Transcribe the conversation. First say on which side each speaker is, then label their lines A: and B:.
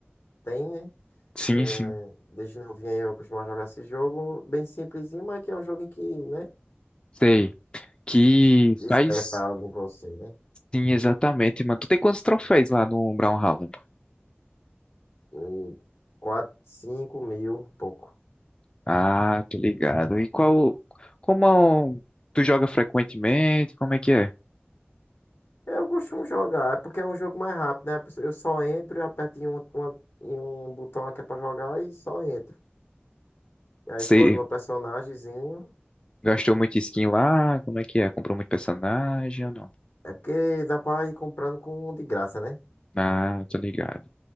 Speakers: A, on the left (about 70°); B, on the left (about 25°).
A: tem, né?
B: Sim,
A: É,
B: sim,
A: desde novinho aí eu costumo jogar esse jogo, bem simplesinho, mas que é um joguinho que, né,
B: sei. Que
A: desperta
B: faz.
A: algo em você, né?
B: Sim, exatamente, mano. Tu tem quantos troféus lá no Brawlhalla?
A: E 4, 5 mil, pouco.
B: Ah, tô ligado. E qual. Como tu joga frequentemente? Como é que é?
A: Eu costumo jogar, é porque é um jogo mais rápido, né? A pessoa- Eu só entro e aperto em um, uma- em um botão que é pra jogar e só entro. E aí
B: Você
A: escolho meu personagemzinho.
B: gastou muito skin lá? Como é que é? Comprou muito personagem ou não?
A: É porque dá pra ir comprando com de graça, né?
B: Ah, tô ligado.